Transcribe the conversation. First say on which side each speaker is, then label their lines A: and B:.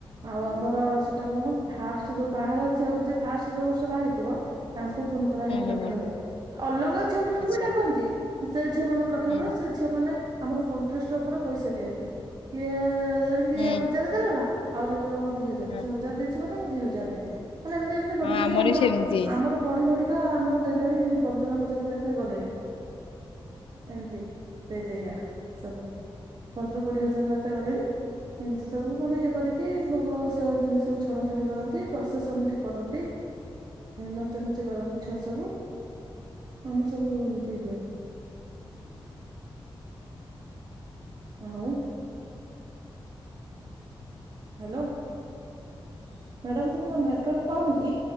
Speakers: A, on the right (about 50°); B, on the left (about 75°).
A: ଆଉ ଆମର ସେଟା କଣ ଫାଷ୍ଟ୍ ଯୋଉ ବାହାଘର ଝିଅ ହଉଚି, ଫାଷ୍ଟ୍ ଯୋଉ ବର୍ଷ ବାହା ହେଇଥିବ ତାଙ୍କୁ ଫୋନ୍ କରାହେଇକି
B: ହୁଁ
A: ଡକା
B: ହୁଁ
A: ହୁଏ, ଅଲଗା ଝିଅ ମାନଙ୍କୁ
B: ଆଚ୍ଛା
A: ବି ଡାକନ୍ତି ସେ ଝିଅ ମାନଙ୍କୁ ଡକାହୁଏ,
B: ହୁଁ
A: ସେ ଝିଅ ମାନେ ଆମର କଣ୍ଟ୍ରେଷ୍ଟ୍ ଉପରେ ପଇସା ଦିଅନ୍ତି, କିଏ ଜଣେ କିଏ
B: ହୁଁ
A: ହଜାର ଦେଲା ନା, ଆଉ ଜଣେ ଦବ ଦି ହଜାର,
B: ହଁ।
A: ସେ ହଜାରେ ଦେଇଚି ମାନେ ମୁଁ ଦି ହଜାର ଦେବି। ମାନେ ଏମିତି ଏମିତି ବଢି
B: ହଁ
A: ବଢି ଆମର,
B: ବି ସେମିତି।
A: ଆମର ବଢି ବଢିକା ଆମର ଦେଲେଣି ପନ୍ଦର ହଜାର ଯାକେ ଗଲେଣି। ଏମିତି ଦେଇ ଦେଇକା ସବୁ, ପନ୍ଦର କୋଡିଏ ହଜାର ଯାତେ ଗଲେଣି। ଏମିତି ସବୁ ମାନେ ଇଏ କରିକି, ଭୋଗ ସେଓ ବୁନ୍ଦି ସବୁ ଛଣାଛୁଣି କରନ୍ତି, ପ୍ରସେସନ୍ ବି କରନ୍ତି। ନଚା ନଚି କରନ୍ତି ଛୁଆ ସବୁ, ଆମ ସବୁ ଏମିତି ହୁଏ। ଆଉ ହାଲୋ, ମ୍ୟାଡ଼ାମ୍ ତୁମର ନେଟୱାର୍କ ପାଉନି କି?